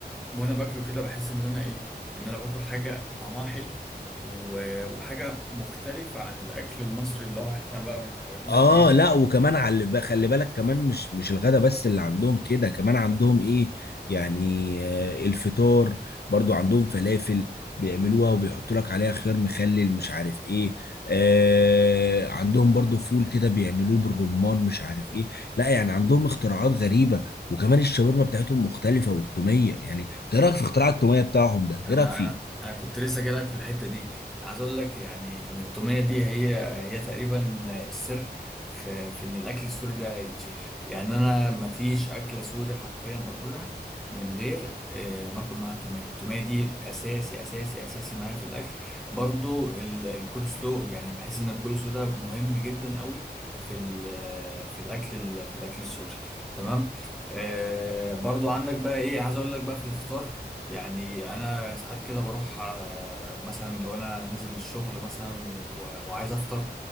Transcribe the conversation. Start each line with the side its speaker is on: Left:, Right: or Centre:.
Centre: وانا باكله كده بحس ان انا ايه ان انا باكل حاجه طعمها حلو و- وحاجه مختلفه عن الاكل المصري اللي هو احنا بقى متعودين
Left: اه
Centre: عليه
Left: لا وكمان على الب- خلي بالك كمان مش مش الغدا بس اللي عندهم كده كمان عندهم ايه يعني آه الفطار برضو عندهم فلافل بيعملوها وبيحطوا لك عليها خيار مخلل مش عارف ايه آه عندهم برضو فول كده بيعملوه بالرمان مش عارف ايه لا يعني عندهم اختراعات غريبة وكمان الشاورما بتاعتهم مختلفة والتومية يعني إنت ايه رأيك في اختراع التومية بتاعهم ده
Centre: انا
Left: ايه رأيك فيه
Centre: انا انا كنت لسه جايلك في الحته دي عايز اقول لك يعني ان التوميه دي هي هي تقريبا السر في في ان الاكل السوري ده يتشهر يعني انا ما فيش اكله سوري حرفيا باكلها من غير آه، ما اكل معاها توميه التوميه دي اساسي اساسي اساسي معايا في الاكل برضو ال- الكولسلو يعني بحس ان الكولسلو ده مهم جدا قوي في ال- في الاكل ال- في الاكل السوري تمام آه برضو عندك بقى ايه عايز اقول لك بقى في الفطار يعني انا ساعات كده بروح آه، مثلا لو انا نازل الشغل مثلا و- وعايز افطر